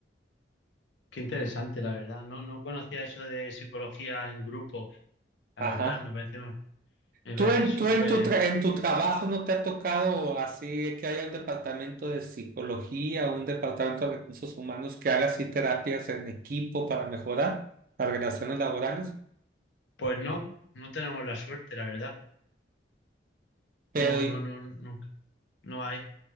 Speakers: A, on the left (about 80°); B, on the right (about 50°).
A: Qué interesante, la verdad. No, no conocía eso de psicología en grupo. La
B: Ajá.
A: verdad, me parece, me
B: ¿Tú
A: parece
B: en,
A: súper.
B: tú en tu, tra- en tu trabajo no te ha tocado así que haya un departamento de psicología o un departamento de recursos humanos que haga así terapias en equipo para mejorar las relaciones laborales?
A: Pues no, no tenemos la suerte, la verdad.
B: Pero
A: No, no, no, no, no hay.